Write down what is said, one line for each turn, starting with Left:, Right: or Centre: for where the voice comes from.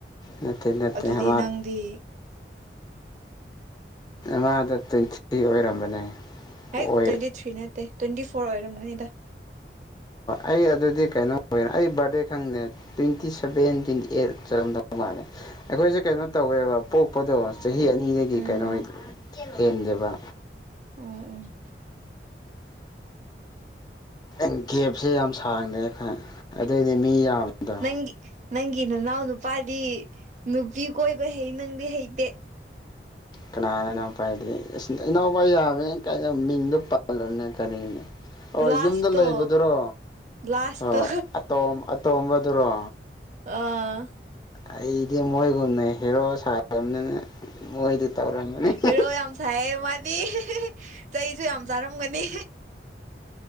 Left: ꯅꯠꯇꯦ ꯅꯠꯇꯦ
Right: ꯑꯗꯨꯗꯤ
Left: ꯃꯥ
Right: ꯅꯪꯗꯤ
Left: ꯃꯥꯥꯗꯣ ꯇ꯭ꯋꯦꯟ ꯊ꯭ꯔꯤ ꯑꯣꯏꯔꯝꯕꯅꯦ ꯑꯣꯏ
Right: ꯍꯦꯠ ꯇ꯭ꯋꯦꯟꯇꯤ ꯊ꯭ꯔꯤ ꯅꯠꯇꯦ ꯇ꯭ꯋꯦꯟꯇꯤ ꯐꯣꯔ ꯑꯣꯏꯔꯝꯒꯅꯤꯗ꯫
Left: ꯑꯩ ꯑꯗꯨꯗꯤ ꯀꯩꯅꯣ ꯑꯣꯏ ꯑꯩ ꯕꯥꯔꯗꯦ ꯈꯪꯗꯦ꯫ ꯇ꯭ꯋꯦꯟꯇꯤ ꯁꯚꯦꯟ ꯇ꯭ꯋꯦꯟꯇꯤ ꯑꯩꯠ ꯆꯠꯂꯝꯗꯧ ꯃꯥꯜꯂꯦ ꯑꯩꯈꯣꯏꯖ‌ꯦ ꯀꯩꯅꯣ ꯇꯧꯋꯦꯕ ꯄꯣꯛꯄꯗꯣ ꯆꯍꯤ ꯑꯅꯤꯗꯒꯤ
Right: ꯎꯝ
Left: ꯀꯩꯅꯣ ꯍꯦꯟꯗꯦꯕ꯫
Right: ꯎꯝ ꯎꯝ꯫
Left: ꯑꯩ ꯒꯦꯞꯁꯦ ꯌꯥꯝ ꯁꯥꯡꯅꯦ ꯈꯟ ꯑꯗꯩꯗꯤ ꯃꯤ ꯌꯥꯝꯃꯤꯗꯣ꯫
Right: ꯅꯪꯒꯤ ꯅꯪꯒꯤ ꯅꯅꯥꯎ ꯅꯨꯄꯥꯗꯤ ꯅꯨꯄꯤ ꯀꯣꯏꯕ ꯍꯩ ꯅꯪꯗꯤ ꯍꯩꯇꯦ
Left: ꯀꯅꯥꯅꯣ ꯄꯥꯢꯗꯤ ꯢꯁ ꯢꯅꯥꯎꯄꯥ ꯌꯥꯝꯃꯦ ꯀꯩꯅꯣ ꯃꯤꯡꯗꯣ ꯄꯥꯜꯂꯨꯅꯦ ꯀꯔꯤꯅꯤ꯫ ꯑꯣ
Right: ꯂꯥꯁꯇꯣ
Left: ꯌꯨꯝꯗ ꯂꯩꯕꯗꯨꯔꯣ꯫
Right: ꯂꯥꯁꯇꯣ
Left: ꯑꯣ ꯑꯇꯣꯝ ꯑꯇꯣꯝꯕꯗꯨꯔꯣ?
Right: ꯑꯥ
Left: ꯑꯩꯗꯤ ꯃꯣꯏꯒꯨꯝꯅ ꯍꯦꯔꯣ ꯁꯥꯗꯕꯅꯤꯅ ꯃꯣꯏꯗꯤ ꯇꯧꯔꯝꯃꯅꯤ ꯫
Right: ꯍꯦꯔꯣ ꯌꯥꯝ ꯁꯥꯏꯌꯦ ꯃꯥꯗꯤ ꯆꯩꯁꯨ ꯌꯥꯝ ꯆꯥꯔꯝꯒꯅꯤ꯫